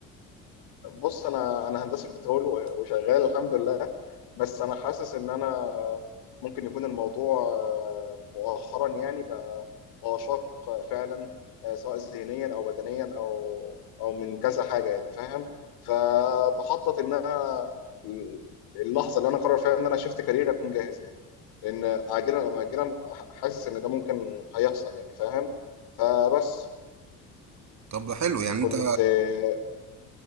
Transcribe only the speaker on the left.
بص انا انا هندسه بترول و- وشغال الحمد لله بس انا حاسس ان انا ممكن يكون الموضوع آه، مؤخرا يعني بقى بقى شاق آه، فعلا آه، سواء ذهنيا او بدنيا او او من كذا حاجه يعني فاهم فبخطط ان انا اللحظه اللي انا قرر فيها ان انا شفت كارير اكون جاهز يعني لان عاجلا او اجلا حاسس ان ده ممكن هيحصل يعني فاهم فبس
كنت
آه،